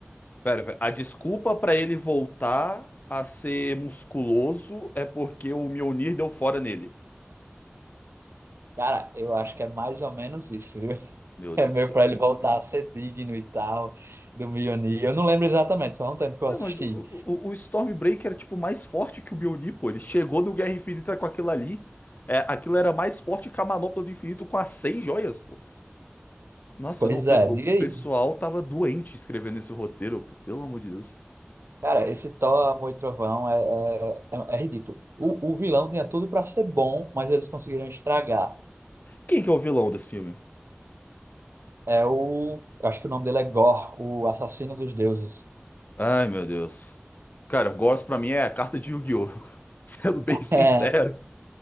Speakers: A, on the left (about 40°); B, on the right (about 65°).
A: Pera, pera, a desculpa pra ele voltar a ser musculoso é porque o Mjolnir deu fora nele.
B: Cara, eu acho que é mais ou menos isso, viu? <laughs>
A: Meu Deus
B: É meio
A: do céu.
B: pra ele voltar a ser digno e tal, do Mjolnir. Eu não lembro exatamente, foi há um tempo que eu
A: Ué,
B: assisti.
A: mas o, o, o Stormbreaker era tipo mais forte que o Mjolnir, pô, ele chegou no Guerra Infinita com aquilo ali, é, aquilo era mais forte que a Manopla do Infinito com as seis joias, pô. Nossa,
B: Pois
A: não, o pe-
B: é,
A: o
B: diga
A: pessoal
B: aí.
A: tava doente escrevendo esse roteiro, pô, pelo amor de Deus.
B: Cara, esse Thor, Amor e Trovão é, é, é- é ridículo. O, o vilão tinha tudo pra ser bom, mas eles conseguiram estragar.
A: Quem que é o vilão desse filme?
B: É o. Eu acho que o nome dele é Gore, o assassino dos deuses.
A: Ai, meu Deus. Cara, o Gorse pra mim é a carta de Yu-Gi-Oh! <laughs> Sendo bem
B: <laughs>
A: sincero.